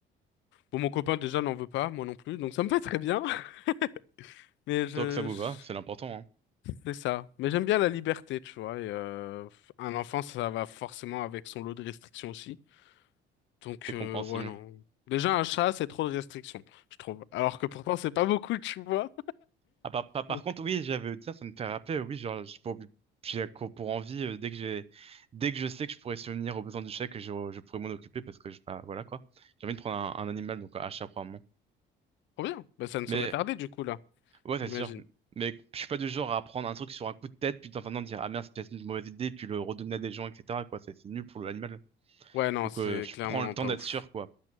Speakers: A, on the left; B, on the right.
A: bon, mon copain déjà n'en veut pas, moi non plus. Donc, ça me <laughs> va très bien. <laughs> Mais je,
B: Tant que ça vous
A: je-
B: va, c'est l'important, hein.
A: c'est ça. Mais j'aime bien la liberté, tu vois. Et, euh, un enfant, ça va forcément avec son lot de restrictions aussi. Donc,
B: C'est compréhensible.
A: euh, ouais, non. Déjà, un chat, c'est trop de restrictions je trouve. Alors que pourtant, c'est pas beaucoup, tu vois.
B: Ah, par, par, par
A: Donc,
B: contre, oui, j'avais dire, ça me fait rappeler, euh, oui, genre, j'ai pour, j'ai co- pour envie, euh, dès que j'ai, dès que je sais que je pourrais subvenir aux besoins du chèque, je, je pourrais m'en occuper parce que, je, bah, voilà, quoi. J'ai envie de prendre un, un animal, donc un chat, probablement.
A: trop bien. Bah, ça ne
B: Mais,
A: saurait tarder du coup là,
B: ouais, c'est
A: j'imagine.
B: sûr. Mais je suis pas du genre à prendre un truc sur un coup de tête, puis enfin, non, dire, ah merde, c'est peut-être une mauvaise idée, puis le redonner à des gens, etc., quoi. C'est c'est nul pour l'animal.
A: Ouais, non,
B: Donc,
A: c'est
B: euh, je
A: clairement
B: prends le temps
A: pas
B: d'être
A: ouf.
B: sûr, quoi.